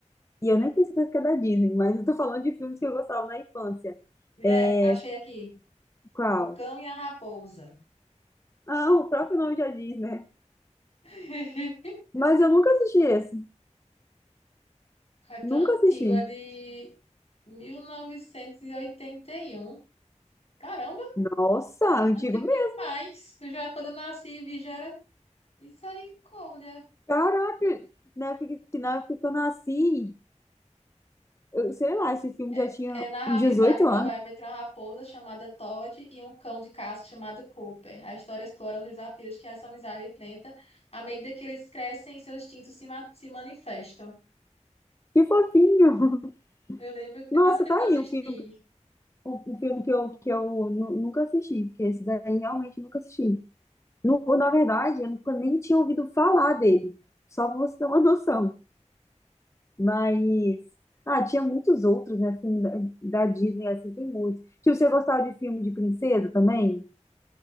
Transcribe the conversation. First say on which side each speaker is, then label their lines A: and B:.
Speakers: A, on the left; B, on the left.
A: E eu nem tenho certeza que é da Disney, mas eu tô falando de filmes que eu gostava na infância.
B: mulher,
A: É,
B: achei aqui.
A: Qual?
B: O Cão e a Raposa.
A: Ah, o próprio nome já diz, né?
B: <laughs>
A: Mas eu nunca assisti esse.
B: É tão
A: Nunca
B: antigo,
A: assisti.
B: é de 1981. Caramba,
A: Nossa, antigo
B: antigo
A: mesmo.
B: demais. Eu já, quando eu nasci, vi já era misericórdia.
A: Caraca, na época que, que na época que eu nasci, eu, sei lá, esse filme
B: É,
A: já tinha
B: é narra
A: uns
B: a amizade
A: 18
B: improvável
A: anos.
B: entre uma raposa chamada Todd e um cão de caça chamado Cooper. A história explora os desafios que essa amizade enfrenta à medida que eles crescem e seus instintos se, ma- se manifestam.
A: Que fofinho.
B: Eu lembro, que
A: Nossa,
B: faz muito tempo
A: tá
B: que
A: aí
B: eu assisti.
A: um filme o, o filme que eu, que eu nu- nunca assisti, porque esse daí realmente nunca assisti. Nu- na verdade, eu nunca nem tinha ouvido falar dele, só pra você ter uma <laughs> noção. Mas, ah, tinha muitos outros, né? Filme da, da Disney, assim, tem muitos. Tipo, você gostava de filme de princesa também?